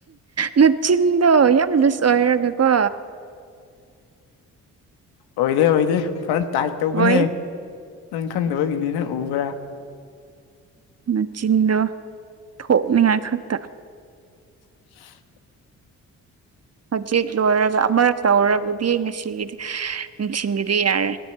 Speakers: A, on the right (about 40°); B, on the left (about 75°).
A: ꯅꯆꯤꯟꯗꯣ ꯌꯥꯝ ꯂꯨꯁ ꯑꯣꯏꯔꯒꯦꯀꯣ
B: ꯑꯣꯏꯗꯦ ꯑꯣꯏꯗꯦ ꯐꯖꯅ ꯇꯥꯏꯠ ꯇꯧꯕꯅꯦ
A: ꯍꯣꯏ
B: ꯅꯪ ꯈꯪꯗꯕꯒꯤꯅꯤ ꯅꯪ ꯎꯕ꯭ꯔꯥ
A: ꯃꯆꯤꯟꯗꯣ ꯊꯣꯛꯅꯤꯡꯉꯥꯏ ꯈꯛꯇ
B: <inaudible>
A: ꯍꯧꯖꯤꯛ ꯂꯣꯏꯔꯒ ꯑꯃꯨꯔꯛꯛꯇꯧꯔꯒꯗꯤ ꯉꯁꯤꯒꯤꯗꯤ ꯅꯤꯡꯅꯨꯡꯁꯤꯟꯒꯤꯗꯤ ꯌꯥꯔꯦ